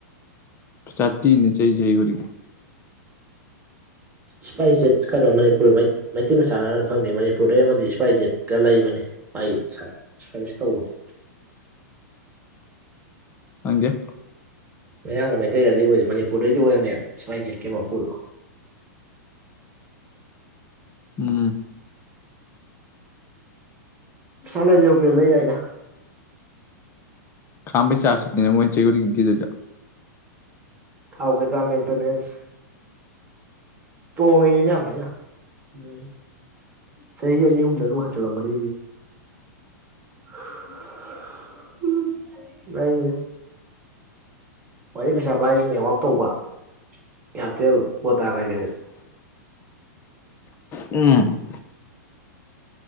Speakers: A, on the left; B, on the right.
A: ꯆꯥꯇꯤꯅꯤ ꯆꯩ ꯆꯩ ꯈꯨꯗꯤꯡꯒꯤ
B: ꯏꯁꯄꯥꯏꯁ ꯖꯦꯠ ꯀꯥꯗꯣ ꯃꯅꯤꯄꯨꯔ ꯃꯩ ꯃꯩꯇꯩ ꯃꯆꯥꯅꯅ ꯈꯪꯗꯦ ꯃꯅꯤꯄꯨꯔꯗ ꯑꯃꯗꯤ ꯏꯁꯄꯥꯏꯁ ꯖꯦꯠꯀ ꯂꯩꯕꯅꯤ ꯃꯥꯒꯤ ꯁꯥꯔꯕꯤꯁ ꯇꯧꯕꯅꯦ
A: ꯈꯪꯗꯦ
B: ꯃꯌꯥꯝꯅ ꯃꯩꯇꯩꯗꯗꯤ ꯑꯣꯏ ꯃꯅꯤꯄꯨꯔꯗꯩꯗꯤ ꯑꯣꯏꯕꯅꯦꯕ ꯏꯁꯄꯥꯏꯁ ꯖꯤꯠꯀꯤ ꯃꯄꯨꯗꯣ
A: ꯎꯝ
B: <unintelligible> ꯂꯩ ꯌꯥꯏꯗ
A: ꯈꯝꯕꯩ ꯆꯥꯔꯁ ꯇꯨꯅꯦ ꯃꯣꯏ ꯆꯌꯣꯜꯒꯤ ꯊꯤꯗꯣꯏꯗꯣ
B: ꯊꯧꯎ ꯀꯩꯀꯥ ꯃꯦꯟꯇꯦꯅꯦꯟꯁ ꯇꯣꯡꯉꯤꯅꯤꯗ ꯌꯥꯝ ꯊꯤꯅ ꯅꯣꯏ ꯆꯍꯤ ꯑꯅꯤ ꯑꯍꯨꯝꯗ ꯑꯗꯨꯛ ꯍꯟꯖꯤꯜꯂꯝꯒꯅꯤ <unintelligible> ꯉꯩ ꯈꯋ꯭ꯥꯏꯗꯩꯩ ꯄꯩꯁꯥ ꯄꯥꯏꯔꯤ ꯅꯦꯠꯋꯥꯛ ꯇꯧꯕ ꯏꯌꯥꯔꯇꯦꯜ ꯕꯣꯇꯥ ꯒꯥꯏꯁꯦ
A: ꯎꯝ